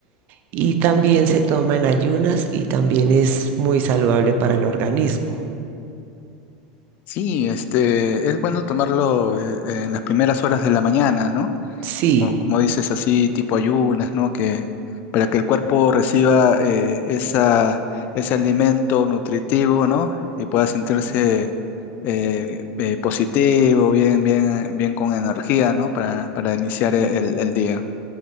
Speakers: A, on the right (about 50°); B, on the left (about 45°).
A: Y también se toma en ayunas y también es muy saludable para el organismo.
B: Sí, este, es bueno tomarlo eh, en las primeras horas de la mañana, ¿no?
A: Sí.
B: o como dices así, tipo ayunas, ¿no? Que para que el cuerpo reciba eh, esa, ese alimento nutritivo, ¿no? Y pueda sentirse eh, eh, positivo, bien, bien, bien con energía, ¿no? Para, para iniciar el, el día.